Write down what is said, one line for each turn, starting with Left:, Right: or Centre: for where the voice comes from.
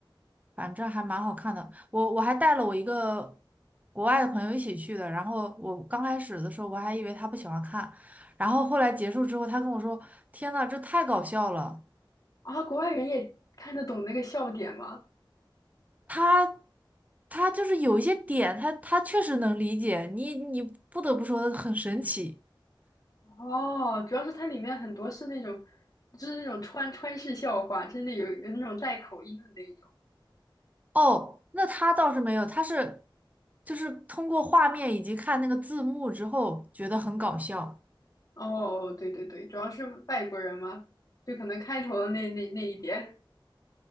Right: 反正还蛮好看的。我我还带了我一个国外的朋友一起去的，然后我刚开始的时候我还以为他不喜欢看，然后后来结束之后，他跟我说：“天呐，这太搞笑了！”
Left: <laughs> 啊。国外人也看得懂那个笑点吗？
Right: 他他就是有一些点，他他确实能理解你，你不得不说很神奇
Left: 哦，主要是它里面很多是那种，就是那种川川式笑话，真的有有那种带口音的那一种。
Right: 哦。那他倒是没有，他是就是通过画面以及看那个字幕之后觉得很搞笑。
Left: 哦，对对对，主要是外国人嘛，就可能开头的那那那一点。